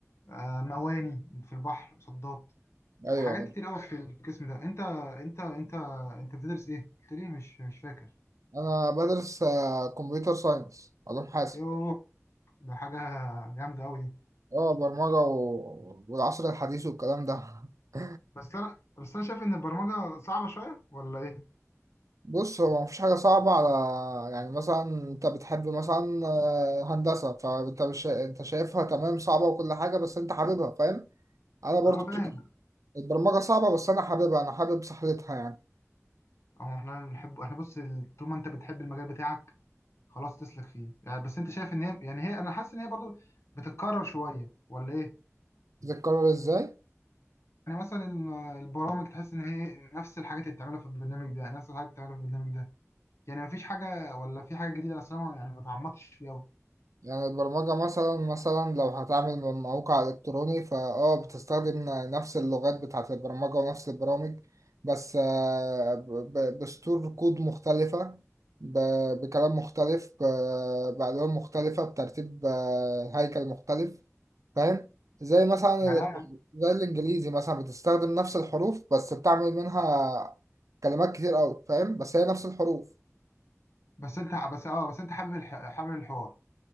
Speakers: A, on the left; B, on the right.
A: آه، مواني في البحر مصدات
B: ايوه
A: حاجات
B: ايوه.
A: كتير قوي في القسم ده انت انت انت انت بتدرس ايه؟ قلت لي مش مش فاكر
B: انا بدرس آه، كمبيوتر ساينس علوم حاسب
A: يوه ده حاجة جامدة قوي دي
B: اه برمجة و... والعصر الحديث والكلام ده <laughs>
A: بس انا بس انا شايف ان البرمجة صعبة شوية ولا ايه؟
B: بص هو مفيش حاجة صعبة على يعني مثلا انت بتحب مثلا آه، هندسة فانت مش انت شايفها تمام صعبة وكل حاجة بس انت حاببها فاهم انا برضو
A: اه فاهم
B: البرمجة صعبة بس انا حاببها انا حابب سحلتها يعني
A: اه احنا بنحب احنا بص ال- طول ما انت بتحب المجال بتاعك خلاص تسلك فيه يعني بس انت شايف ان هي يعني هي انا حاسس ان هي برضو بتتكرر شويه ولا ايه
B: تتكرر ازاي
A: يعني مثلا البرامج تحس ان هي نفس الحاجات اللي بتعملها في البرنامج ده نفس الحاجات اللي بتعملها في البرنامج ده يعني مفيش حاجه ولا في حاجه جديده اصلا ما- يعني ما اتعمقتش فيها قوي
B: يعني البرمجة مثلا مثلا لو هتعمل موقع إلكتروني فأه بتستخدم نفس اللغات بتاعة البرمجة ونفس البرامج بس آه، ب- ب- بسطور كود مختلفة ب- بكلام مختلف ب- بألوان مختلفة بترتيب آه، هيكل مختلف فاهم زي مثلا
A: يعني
B: ال-
A: انا
B: زي الإنجليزي مثلا بتستخدم نفس الحروف بس بتعمل منها كلمات كتير أوي فاهم بس هي نفس الحروف
A: بس انت بس اه بس انت حابب الح... حابب الحوار